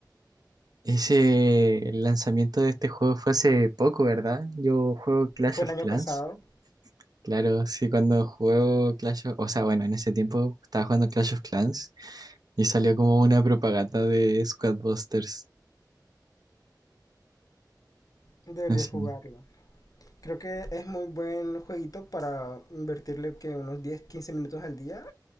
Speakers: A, on the right (about 60°); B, on the left (about 50°).
A: Ese el lanzamiento de este juego fue hace poco, ¿verdad? Yo juego Clash
B: Fue
A: of
B: el año
A: Clans.
B: pasado.
A: Claro, sí, cuando juego Clash of... O sea, bueno, en ese tiempo estaba jugando Clash of Clans y salió como una propaganda de Squad Busters.
B: Debería
A: Así.
B: jugarlo. Creo que es muy buen jueguito para invertirle que unos 10, 15 minutos al día.